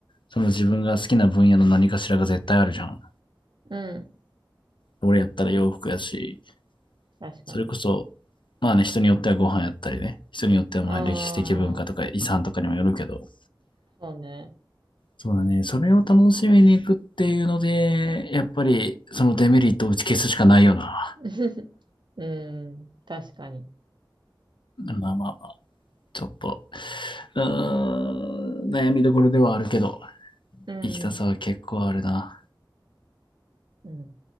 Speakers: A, on the left (about 75°); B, on the right (about 65°).
A: その自分が好きな分野の何かしらが絶対あるじゃん。
B: うん。
A: 俺やったら洋服やし、
B: 確かに。
A: それこそ、まあね、人によってはご飯やったりね、人によってはまあ歴史的文化とか遺産とかにもよるけど、
B: ああ、そうね。
A: そうだね。それを楽しみに行くっていうので、やっぱりそのデメリットを打ち消すしかないよな。
B: <laughs> うん。確かに。
A: まあまあまあ、ちょっと、うーん、悩みどころではあるけど、
B: うん。
A: 行きたさは結構あるな。
B: うん。